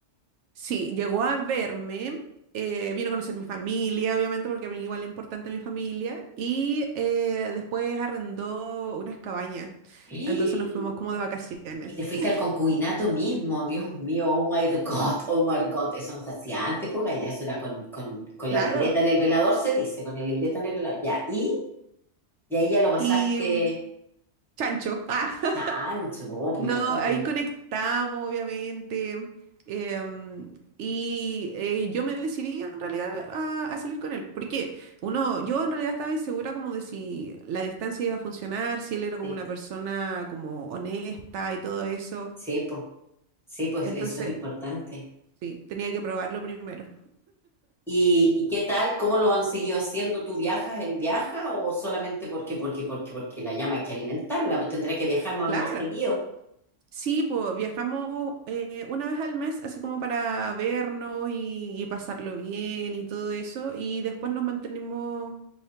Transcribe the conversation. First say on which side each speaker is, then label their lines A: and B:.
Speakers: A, on the right; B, in the centre.
A: Sí, llegó a verme, eh, vino a conocer mi familia, obviamente, porque a mí igual es importante mi familia, y eh, después arrendó unas cabañas,
B: y
A: entonces nos fuimos como de vacaciones,
B: te fuiste al concubinato mismo. Dios mío, oh my God, oh my God. Eso no se hacía antes, pues Gaya, eso era con, con, con
A: claro,
B: la libreta en el velador, se dice, con la libreta en el velador. Ya, y, y ahí ya lo pasaste
A: y mm, chancho, <laughs>
B: chancho, pues, obvio,
A: No,
B: obvio.
A: ahí conectamos, obviamente. em, y eh, yo me decidí en realidad a, a salir con él. Porque uno, yo en realidad estaba insegura como de si la distancia iba a funcionar, si él era como
B: sí.
A: una persona como honesta y todo eso.
B: Sí, pues, sí, pues
A: Entonces,
B: eso es importante.
A: sí, tenía que probarlo primero.
B: ¿Y, y qué tal? ¿Cómo lo han seguido haciendo? ¿Tú viajas, él viaja o solamente porque, porque, porque, porque la llama hay que alimentarla? Pues tendrá que viajar más
A: Claro.
B: o menos seguido.
A: Sí, pues viajamos eh, una vez al mes, así como para vernos y, y pasarlo bien y todo eso. Y después nos mantenimos.